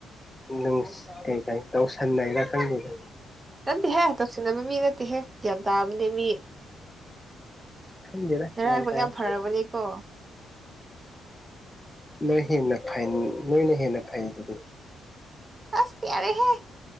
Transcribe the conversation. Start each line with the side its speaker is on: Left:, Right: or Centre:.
Left: ꯅꯨꯡ ꯀꯩ ꯀꯩ ꯇꯧꯁꯟ ꯅꯩꯔꯥ ꯈꯪꯗꯦꯗ
Right: ꯅꯠꯇꯦꯍꯦ ꯇꯧꯁꯤꯟꯅꯕ ꯃꯤ ꯅꯠꯇꯦꯍꯦ ꯒ꯭ꯌꯥꯟ ꯇꯥꯕꯅꯦ ꯃꯤ
Left: ꯈꯪꯗꯦꯗ
Right: ꯅꯥꯔꯥꯏꯕꯣꯛ
Left: ꯒ꯭ꯌꯥꯟ ꯇꯥꯏ
Right: ꯌꯥꯝ ꯐꯔꯕꯅꯦꯀꯣ
Left: ꯅꯣꯏ ꯍꯦꯟꯅ ꯐꯩ ꯅꯣꯏꯅ ꯍꯦꯟꯅ ꯐꯩ ꯗꯨꯗꯤ
Right: ꯑꯁ ꯌꯥꯔꯦꯍꯦ